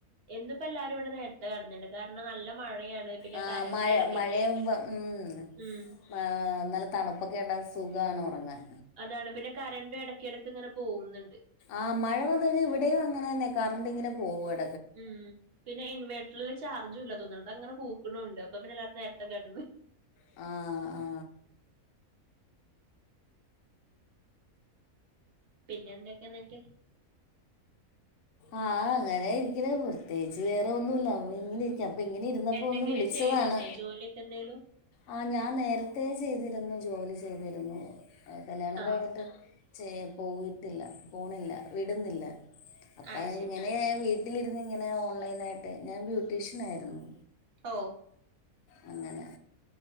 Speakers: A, on the right (about 55°); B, on the left (about 65°).
A: ഇന്നിപ്പോ എല്ലാരും ഇവിടെ നേരത്തെ കിടന്ന്ക്ക്ണ് കാരണം നല്ല മഴയാണ്. പിന്നെ
B: ആ
A: കരണ്ട്
B: മഴ
A: എടക്കെടക്ക്
B: മഴയാവും ബം ഉം.
A: ഉം
B: ആ് നല്ല തണുപ്പൊക്കെൺവുമ്പോ സുഖണ് ഉറങ്ങാൻ
A: അതാണ് പിന്നെ കരണ്ട് ഇടക്കിടക്ക് ഇങ്ങനെ പോകുന്നുണ്ട്.
B: ആഹ മഴ വന്ന ഇവിടെയും അങ്ങനെ തന്നെ കറണ്ട് ഇങ്ങനെ പോവാണ്.
A: ഉം പിന്നെ ഇൻവേർട്ടറില് ചാർജും ഇല്ല തോന്ന്ണ്. അങ്ങനെ പൂക്ക്ണു ഉണ്ട് അപ്പൊ പിന്നെ എല്ലരും നേരത്തെ കിടന്ന്.
B: ആ ആ.
A: പിന്നെ എന്തൊക്കെയ ന്നട്ട്?
B: ആഹ അങ്ങനൊയിരിക്കണ് പ്രത്യേകിച്ച് വേറെ ഒന്നുല്ല അപ്പോ പി ഇങ്ങനെ ഇരിക്കാം അപ്പൊ ഇങ്ങനെ ഇരുന്നപ്പോ
A: എന്തെങ്കിലും
B: ഒന്ന് വിളിച്ചതാണ്..
A: ചെയ്യുന്നുണ്ടോ ജോലിയൊക്കെ എന്തേലും
B: ആ ഞാൻ നേരത്ത ചെയ്തിരുന്നു.. ജോലി ചെയ്തിരുന്നു കല്ല്യാണം
A: ആഹ്
B: കഴിഞ്ഞിട്ട് ചെയ്യ.. പോയിട്ടില്ല പോണില്ല വിടുന്നില്ല അപ്പം
A: അത് ശരി
B: ഇങ്ങനെ വീട്ട.. വീട്ടിലിരുന്ന്ങ്ങനെ ഓൺലൈനായിട്ട് ഞാൻ ബ്യൂട്ടീഷ്യൻന്നയിരുന്നു...
A: ഒ..
B: അങ്ങനെ..